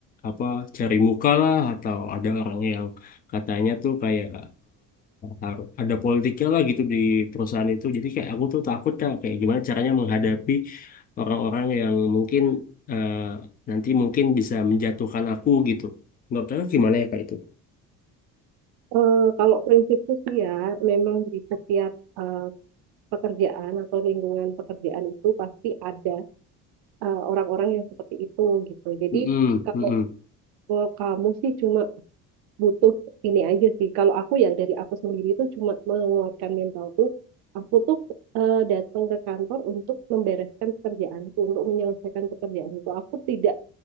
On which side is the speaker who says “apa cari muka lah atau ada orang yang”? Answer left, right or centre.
Left